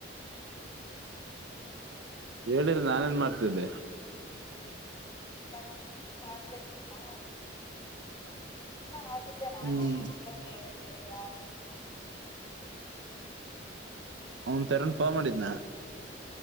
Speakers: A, on the right; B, on the left.
A: ಹೇಳಿರಿ ನಾನೇನ್ ಮಾಡ್ತಿದ್ದೆ
B: <unintelligible> ಆಗಿದ್ದೆ ನಾನೇ
A: ಹ್ಮ್
B: ಇದ್ರ ಏನ್ ಹೇಳೇಳ ಅಂತ
A: ಅವನ್ ತರನ್ ಫೋನ್ ಮಾಡಿದ್ನಾ